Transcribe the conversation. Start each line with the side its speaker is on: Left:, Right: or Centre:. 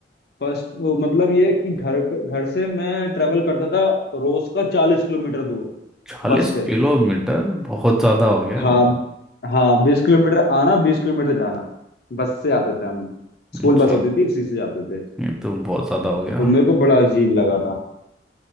Left: फर्स्ट वो मतलब ये कि घर घर से मैं ट्रेवल करता था रोज का चालीस किलोमीटर दूर
Centre: चालीस
Left: बस से
Centre: किलोमीटर बहुत ज़्यादा हो गया है
Left: हाँ
Centre: तो
Left: हाँ बीस किलोमीटर आना बीस किलोमीटर जाना बस से आते थे हम स्कूल
Centre: अच्छा
Left: बस होती थी उसी से जाते थे
Centre: ये तो बहुत ज़्यादा हो गया
Left: तो मेरे को बड़ा अजीब लगा था